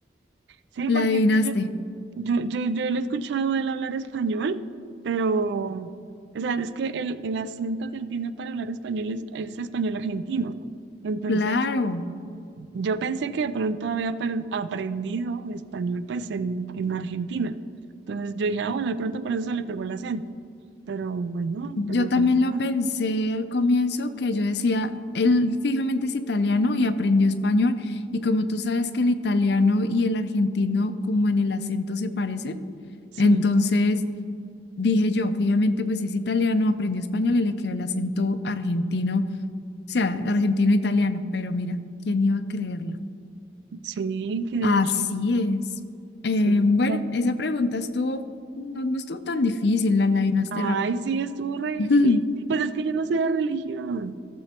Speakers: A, on the right; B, on the left.
A: sí,
B: la
A: porque
B: adivinaste.
A: es que yo, yo, yo, yo lo he escuchado a él hablar español, pero, o sea, es que el, el acento que él tiene para hablar español es, es español argentino. Entonces,
B: Claro.
A: Yo pensé que de pronto había per- aprendido español pues en, en Argentina. Entonces yo dije, ah, bueno, de pronto por eso se le pegó el acento. Pero bueno,
B: Yo
A: pues al
B: también
A: parecer
B: lo
A: no.
B: pensé al comienzo, que yo decía, él fijamente es italiano y aprendió español, y como tú sabes que el italiano y el argentino como en el acento se parecen,
A: Sí,
B: entonces dije yo, fijamente pues es italiano, aprendió español y le quedó el acento argentino, o sea, argentino-italiano, pero mira, ¿quién iba a creerlo?
A: sí, que de
B: Así
A: hecho,
B: es. Eh,
A: cero,
B: bueno,
A: papá.
B: esa pregunta estuvo, no, no estuvo tan difícil, la adivinaste
A: Ay,
B: rápido.
A: sí, estuvo re
B: <laughs>
A: difícil. Pues es que yo no sé de religión.